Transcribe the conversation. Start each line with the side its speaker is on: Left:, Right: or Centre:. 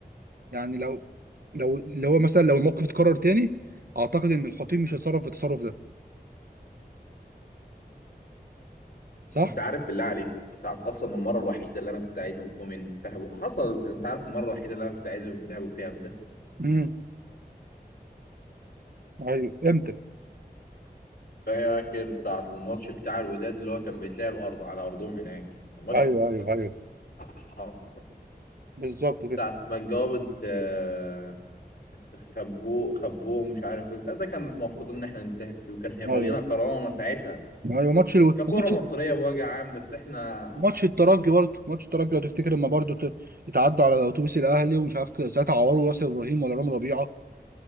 Right: يعني لو لو اللي هو مثلا لو الموقف اتكرر تاني اعتقد ان الخطيب مش هيتصرف بالتصرف ده صح؟
Left: انت عارف بالله عليك ساعه اصلا المره الوحيده اللي انا كنت عايزهم فيهم ينسحبوا حصل انت عارف المره الوحيده اللي انا كنت عايزهم ينسحبوا فيها امتى
Right: امم ايوه امتى؟
Left: فاكر ساعه الماتش بتاع الوداد اللي هو كان بيتلعب ارض على ارضهم هناك الماتش
Right: ايوه
Left: اللي
Right: ايوه ايوه
Left: حصل
Right: بالظبط كده
Left: ساعه ما اتجاوبت آه، استخبوه خبوه مش عارف ايه بتاع ده كان المفروض ان احنا ننسحب فيه وكان هيبقى
Right: ايوه
Left: لينا كرامه ساعتها
Right: ايوه ماتش الو...
Left: ككرة
Right: ماتش
Left: مصرية بوجه عام بس احنا
Right: ماتش الترجي برضه ماتش الترجي لو تفتكر لما برضه ت... اتعدى على اتوبيس الاهلي ومش عارف كده، ساعتها عوروا ياسر ابراهيم ولا رامي ربيعه